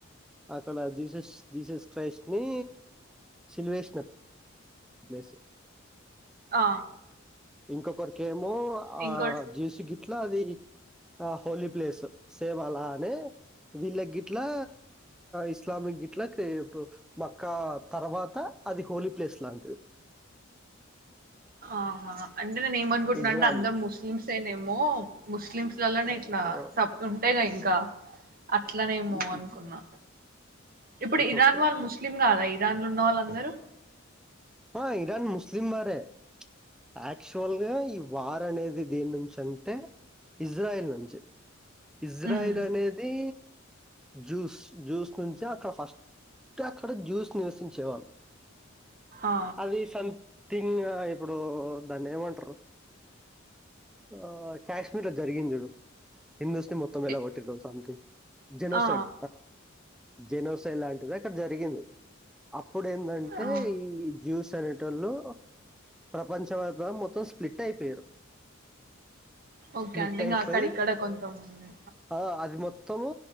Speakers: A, in the centre; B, on the right.
A: అక్కడ జీసస్ జీసస్ క్రైస్ట్ ని సిల్వేషిన జేస
B: ఆ
A: ఇంకొకరికే మో ఆ
B: ఇంకోటి
A: జస గ ట్లా అది ఆ హోలీ ప్లేస్ సేమ్ అలా అనే వీళ్ళ గిట్లా ఇస్లామిక్ గిట్ల ఇప్పుడు మక్కా తర్వాత అది హోలీ ప్లేస్ లాంటిది
B: ఆహా అంటే ఏమనుంటున్నానంట
A: ఇజ్రాయిల్.
B: అందరు ముస్లిమ్స్ సేనేమో ముస్లింస్ పలనే ఇట్లా
A: ఆ!
B: సబ్ ఉంటేయిగా ఇ క్క అట్లనేమో
A: హుహుహు.
B: అనుకున్నా ఇప్పుడు
A: ఓహోహో!
B: ఇరాన్ వాళ్ళు ముస్లిం కాదా ఇరాన్ ఉన్న వాళ్ళందరూ
A: ఆ ఇరాన్ ముస్లిం వారే యాక్చువల్గా ఈ వార్ అనేది దేని నుంచి అంటే ఇజ్రాయల్ నుంచి ఇజ్రాయిల్
B: ఉమ్
A: అనేది జ్యూస్ జ్యూస్ నుంచి అక్కడ ఫస్ట్ అక్కడ జ్యూస్ నివసించేవాళ్ళం
B: ఆ
A: అది సం థింగ్ ఇప్పుడు దాన్ని ఏమంటారు ఆ కాశ్మీర్ లో జరిగింది చడు హిందూస్ ని మొత్తం వెళగొట్టి
B: ఎ-
A: సంథింగ్ జెనోసైట్
B: ఆ
A: జెనోసా లాంటిది అక్కడ జరిగింది అప్పుడు ఏంటంటే టై
B: ఆ
A: జ్యూస్ అనేటళ్ళు ప్రపంచమత మొత్తం స్ప్లిట్ అయిపోయారు
B: ఓకే
A: స్ప్లిట్
B: అంటే ఇంకా
A: అయిపోయి
B: అక్కడక్కడ కొంత ఉంది
A: ఆ! అది మొత్తము